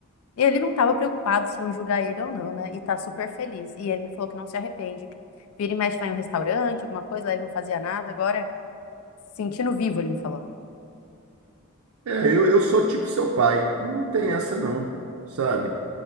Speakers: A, on the left; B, on the right.
A: Ele não estava preocupado se iam julgar ele ou não, né? E tá super feliz. E ele me falou que não se arrepende. Vira e mexe, vai em um restaurante, alguma coisa, lá ele não fazia nada, agora. Sentindo vivo, ele me falou.
B: É, eu, eu sou tipo seu pai. Não tem essa não, sabe?